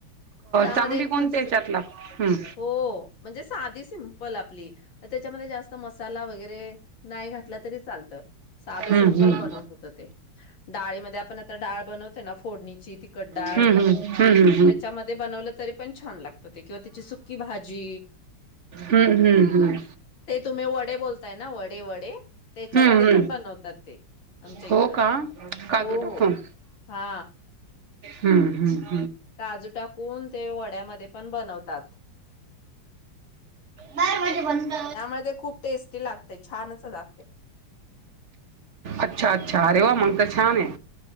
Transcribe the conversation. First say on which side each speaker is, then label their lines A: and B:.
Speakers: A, on the left; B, on the right.
A: त्यामध्ये
B: चांगली कोणत्या
A: खूप
B: याच्यात लाग हम्म
A: हो म्हणजे साधी सिम्पल आपली त्याच्यामध्ये जास्त मसाला वगैरे नाही घातला तरी चालतं साधं
B: हम्म
A: सिम्पल
B: हम्म
A: बनवून होतं ते डाळीमध्ये आपण आता डाळ बनवतो. फोडणीची तिखट डाळ
B: हम्म हम्म हम्म
A: त्याच्यामध्ये बनवलं तरी पण छान लाग किंवा त्याची सुकी भाजी
B: हम्म हम्म हम्म हम्म हम्म हम्म
A: ते तुम्ही वड्या वडे बोलताय ना वडे वडे त्याच्यामध्ये
B: हम्म हम्म
A: पण बनवतात ते आमच्या
B: हो
A: इकडं
B: का काजू
A: हो
B: टाकून
A: हो हा
B: हम्म हम्म
A: काजू टाकून ते वड्यामध्ये पण बनवतात.
B: बारा वाजे बंद
A: त्यामुळे ते खूप टेस्टी लागते छानच च लागता
B: अच्छा अच्छा अरे वा मंगत छान ये